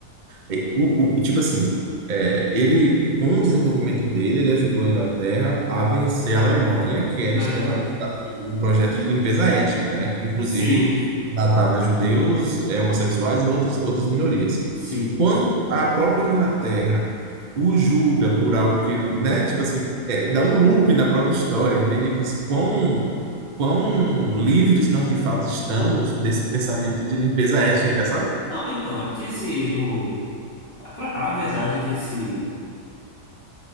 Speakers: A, on the right; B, on the left.
A: e, o, o- tipo assim, é, ele, com o desenvolvimento dele, ele ajudou a Inglaterra a vencer a Alemanha, que era
B: na
A: extrema,
B: guerra.
A: que estava num projeto de limpeza étnica, né? Que inclusive
B: Sim,
A: matava judeus, é, homossexuais e outros, outras minorias.
B: sim.
A: Quando a própria Inglaterra o julga por algo que ele, né? Tipo assim, é, dá um loop na própria história, entende? Tipo assim, quão, quão livres nós de fato estamos desse pensamento de limpeza étnica, sabe?
B: Não, então, é porque esse. O... A pra- a verdade é que esse...